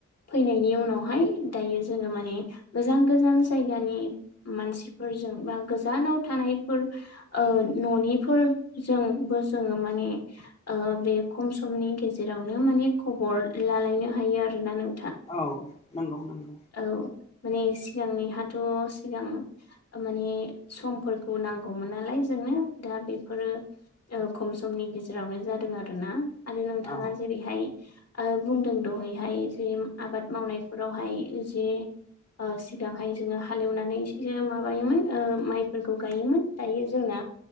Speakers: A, on the left; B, on the left.
A: फैनायनि उनावहाय दायो जोङो माने गोजान गोजान जायगानि मानसिफोरजों बा गोजानाव थानायफोर ओ न'निफोरजों बो जोङो माने ओ बेयो खम समनि गेजेरावनो माने खबर लालायनो हायो आरोना नों
B: औ नंगौ नंगौ
A: औ माने सिगांनिहाथ' सिगां ओ माने समफोरखौ नांगौमोन नालाय जों नो दा बेफोरो खम समनि गेजेरावनो जादों आरोना आरो नोंथाङा
B: औ
A: जेरैहाय आरो बुंदों दहायहाय जे आबाद मावनायफोरावहाय जे ओ सिगांहाय जोङो हालेवनानै माबायोमोन ओ माइफोरखौ गायोमोन दायो जोंना